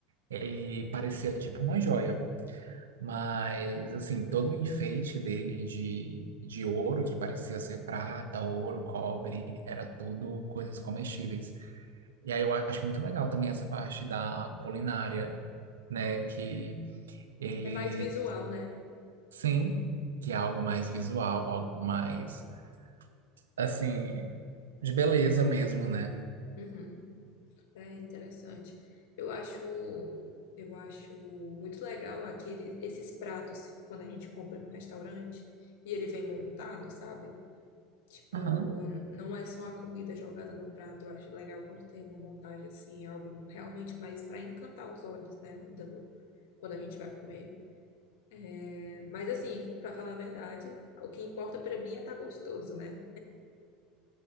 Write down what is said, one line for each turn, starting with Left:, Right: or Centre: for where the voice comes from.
Right: Ele parecia tipo uma joia. Mas, assim, todo o enfeite dele de, de ouro, que parecia ser prata, ouro, cobre, era tudo coisas comestíveis. E aí eu acho muito legal também essa parte da culinária, né? Que ele,
Left: É mais visual, né?
Right: sim, que é algo mais visual, algo mais, assim, de beleza mesmo, né?
Left: Uhum. É interessante. Eu acho, eu acho muito legal aquele, esses pratos quando a gente compra no restaurante e ele vem montado, sabe? Tipo,
Right: Aham.
Left: não é só a comida jogada no prato. Eu acho legal quando tem uma montagem assim, algo realmente mais para encantar os olhos, né? do- quando a gente vai comer. É, Mas assim, para falar a verdade, o que importa para mim é estar gostoso, né?